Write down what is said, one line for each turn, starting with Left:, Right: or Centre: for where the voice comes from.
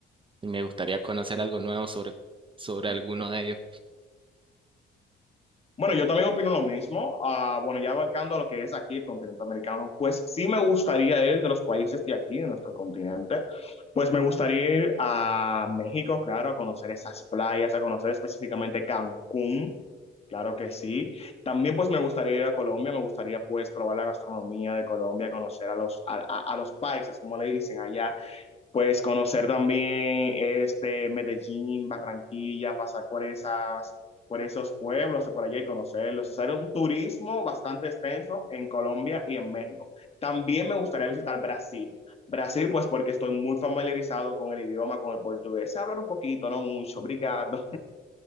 Right: Y me gustaría conocer algo nuevo sobre, sobre alguno de ellos.
Left: Bueno, yo también opino lo mismo. Ah, bueno, ya abarcando lo que es aquí el continente americano, pues sí me gustaría ir de los países de aquí, de nuestro continente, pues me gustaría ir a México, claro, a conocer esas playas, a conocer específicamente Cancún. Claro que sí. También pues me gustaría ir a Colombia, me gustaría pues probar la gastronomía de Colombia, conocer a los, a, a- a los paisas, como le dicen allá, pues conocer también este Medellín, Barranquilla, pasar por esas, por esos pueblos de por allá y conocerlos, hacer un turismo bastante extenso en Colombia y en México. También me gustaría visitar Brasil. Brasil pues porque estoy muy familiarizado con el idioma, con el portugués. Se hablan un poquito, no mucho, obrigado.